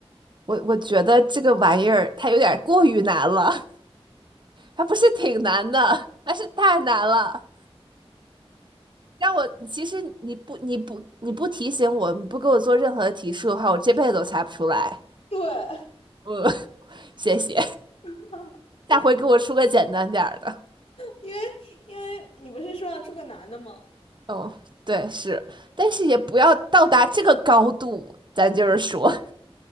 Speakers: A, on the right; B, on the left.
A: 我我觉得这个玩意儿它有点过于难了，它不是挺难的，它是太难了。让我，其实你不你不你不提醒我，你不给我做任何的提示的话，我这辈子都猜不出来。
B: 对，
A: 嗯，<laughs> 谢谢，
B: <laughs>
A: 下回给我出个简单点儿的。
B: 因为因为你不是说要出个男的吗？
A: 哦，对，是，但是也不要到达这个高度，咱就是说，